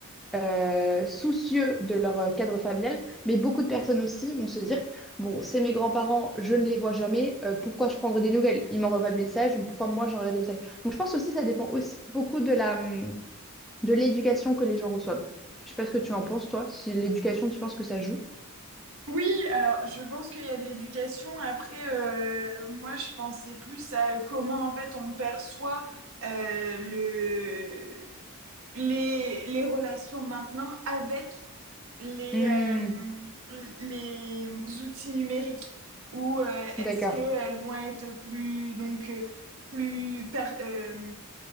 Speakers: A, in the centre; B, on the right.
A: euh, soucieux de leur euh, cadre familial, mais beaucoup de personnes aussi vont se dire, bon, c'est mes grands-parents, je ne les vois jamais, euh, pourquoi je prendrais des nouvelles? Ils m'envoient pas de messages, donc pourquoi moi j'enverrais des messages? Donc je pense aussi que ça dépend aussi beaucoup de la, hum, de l'éducation que les gens reçoivent. Je sais pas ce que tu en penses, toi, si l'éducation, tu penses que ça joue?
B: Oui, alors je pense qu'il y a de l'éducation. Après, euh, moi, je pensais plus à comment en fait on perçoit euh, le les, les relations maintenant avec les,
A: Hmm,
B: euh, les outils numériques ou euh, est-ce
A: d'accord.
B: qu'elles vont être plus, donc, euh, plus, par- euh,